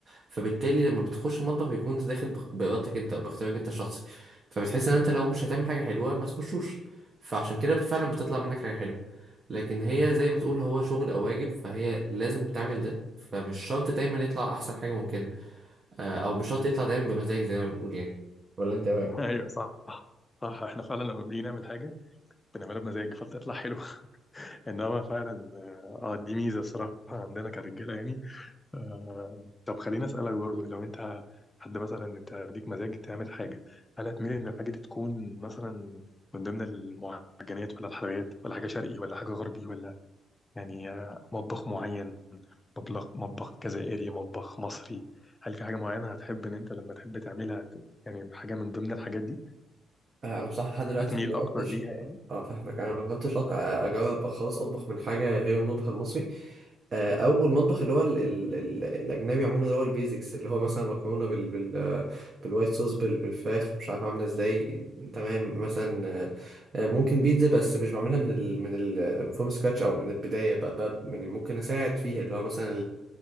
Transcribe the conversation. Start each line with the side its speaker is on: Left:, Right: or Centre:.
Right: فبالتالي لما بتخش المطبخ بيكون أنت داخل بخ- بإرادتك أنت أو باختيارك أنت الشخصي فبتحس ان انت لو مش هتعمل حاجه حلوه ما تخشوش فعشان كده فعلا بتطلع منك حاجه حلوه لكن هي زي ما تقول هو شغل او واجب فهي لازم تعمل ده فمش شرط دايما يطلع احسن حاجه ممكنه آه، او مش شرط يطلع دايما بمزاج زي ما بنقول يعني ولا انت ايه رايك
Left: <laughs> أيوه صح صح احنا فعلا لما بنيجي نعمل حاجة بنعملها بمزاج فبتطلع حلوة <laughs> إنما فعلا اه دي ميزة الصراحة عندنا كرجالة يعني آه، طب خليني اسالك برضه لو انت حد مثلا انت ليك مزاج تعمل حاجه هل هتميل ان الحاجه دي تكون مثلا من ضمن المعجنات ولا الحلويات ولا حاجه شرقي ولا حاجه غربي ولا يعني آه، مطبخ معين مطبخ مطبخ جزائري مطبخ مصري هل في حاجه معينه هتحب ان انت لما تحب تعملها ت- يعني حاجه من ضمن الحاجات دي
Right: آه، انا بصراحه لحد دلوقتي
Left: هتميل
Right: ما
Left: اكتر
Right: جربتش
Left: ليها يعني
Right: اه فاهمك انا ما جربتش أط- آه، اجرب خالص اطبخ من حاجه غير المطبخ المصري آه، اول مطبخ اللي هو ال ال ال الاجنبي عموما اللي هو البيزكس اللي هو مثلا مكرونه بال بال آه، بالوايت صوص بال بالفراخ مش عارف عامله ازاي تمام مثلا آه، آه، ممكن بيتزا بس مش بعملها من ال من ال فروم سكراتش او من البدايه بقى, بقى يعني ممكن اساعد فيها اللي هو مثلا